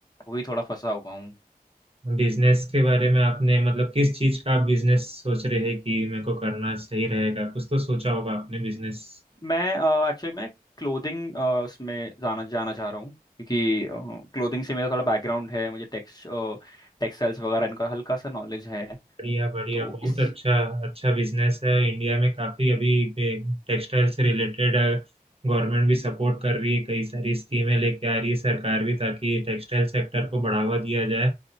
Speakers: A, on the left (about 25°); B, on the right (about 40°).
A: वही थोड़ा फंसा हुआ हूँ
B: बिजनेस के बारे में आपने मतलब किस चीज का आप बिजनेस सोच रहे हैं कि मेरे को करना सही रहेगा कुछ तो सोचा होगा आपने बिजनेस
A: मैं एक्चुअली मैं क्लोथिंग उसमें जाना जाना चाह रहा हूँ क्योंकि क्लोथिंग से मेरा थोड़ा बैकग्राउंड है मुझे टेक्स टेक्सटाइल्स वगैरह इनका हल्का सा नॉलेज है
B: बढ़िया बढ़िया
A: तो
B: बहुत
A: इस
B: अच्छा अच्छा बिजनेस है इंडिया में काफी अभी टेक्सटाइल से रिलेटेड गवर्नमेंट भी सपोर्ट कर रही है कई सारी स्कीमें लेके आ रही है सरकार भी ताकि टेक्सटाइल सेक्टर को बढ़ावा दिया जाए